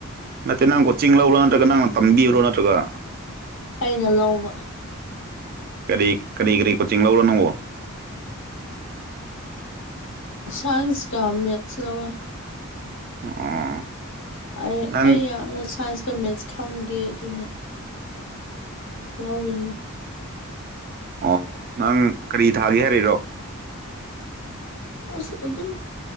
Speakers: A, on the right; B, on the left.
A: ꯅꯠꯇꯦ ꯅꯪ ꯀꯣꯆꯤꯡ ꯂꯔꯣ ꯅꯠꯇ꯭ꯔꯒ ꯅꯪꯅ ꯇꯝꯕꯤꯕ꯭ꯔꯣ ꯅꯠꯇ꯭ꯔꯒ
B: ꯑꯩꯅ ꯂꯧꯕ
A: ꯀꯔꯤ ꯀꯔꯤ ꯀꯔꯤ ꯀꯣꯆꯤꯡ ꯂꯧꯕꯔ ꯅꯪꯕꯣ
B: ꯁꯥꯏꯟꯁ ꯀꯥ ꯃꯦꯠꯁ ꯂꯧꯋꯦ
A: ꯑꯣ
B: ꯑꯩ
A: ꯅꯪ
B: ꯑꯩ ꯌꯥꯝꯅ ꯁꯥꯏꯟꯁꯀ ꯃꯦꯠꯁ ꯈꯪꯗꯦ ꯑꯗꯨꯅ ꯂꯧꯔꯤꯅꯤ
A: ꯑꯣ ꯅꯪ ꯀꯔꯤ ꯊꯥꯒꯦ ꯍꯥꯏꯔꯤꯔꯣ
B: ꯑꯁ ꯑꯗꯨꯝ